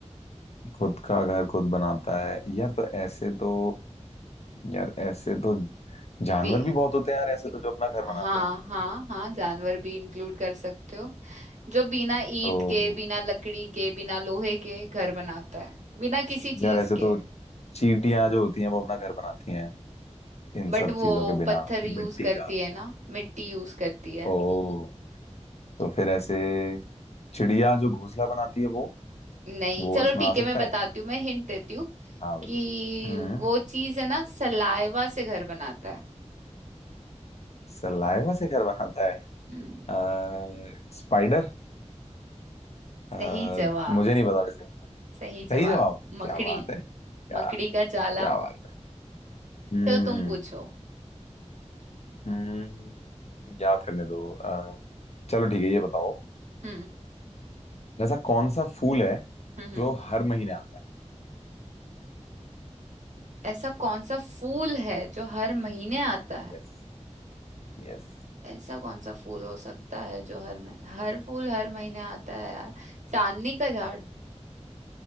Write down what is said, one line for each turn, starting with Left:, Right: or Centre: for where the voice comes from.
Left: खुद का घर खुद बनाता है यार तो ऐसे तो यार ऐसे तो जानवर
Right: बे-
Left: भी बहुत होते हैं यार ऐसे तो जो अपना घर बनाते
Right: हाँ
Left: हैं
Right: हाँ हाँ जानवर भी इंक्लूड कर सकते हो जो बिना ईंट
Left: तो
Right: के बिना लकड़ी के बिना लोहे के घर बनाता है बिना किसी चीज
Left: यार ऐसे
Right: के
Left: तो चींटियां जो होती हैं वो अपना घर बनाती हैं इन
Right: बट
Left: सब
Right: वो
Left: चीजों के बिना
Right: पत्थर यूज
Left: मिट्टी
Right: करती
Left: का
Right: है ना मिट्टी यूज करती है
Left: ओ तो फिर ऐसे चिड़िया जो घोंसला बनाती है वो
Right: नहीं
Left: वो
Right: चलो
Left: इसमें
Right: ठीक
Left: आ
Right: है
Left: सकता
Right: मैं बताती
Left: है
Right: हूँ मैं हिंट देती हूँ
Left: हाँ। हाँ
Right: कि
Left: हम्म
Right: वो चीज है ना सलाइवा से घर बनाता है
Left: सलाइवा से घर बनाता है
Right: हम्म,
Left: अ, स्पाइडर अ,
Right: सही जवाब
Left: मुझे नहीं पता वैसे
Right: सही जवाब
Left: सही जवाब क्या
Right: मकड़ी
Left: बात है क्या
Right: मकड़ी का जाला
Left: क्या बात है। हम्म
Right: चलो तुम पूछो
Left: हम्म, याद करने दो अ, चलो ठीक है ये बताओ
Right: हम्म
Left: ऐसा कौन सा फूल है
Right: हम्म हम्म।
Left: जो हर महीने आता
Right: ऐसा कौन सा फूल है जो हर महीने आता है
Left: है Yes yes
Right: ऐसा कौन सा फूल हो सकता है जो हर महीने हर फूल हर महीने आता है यार चांदनी का झाड़